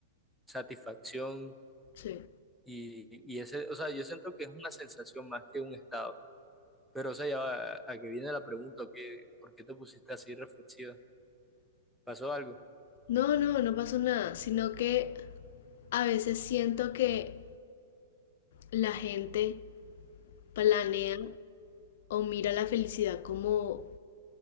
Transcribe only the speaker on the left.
Sí.
No, no, no pasó nada, sino que a veces siento que la gente planea o mira la felicidad como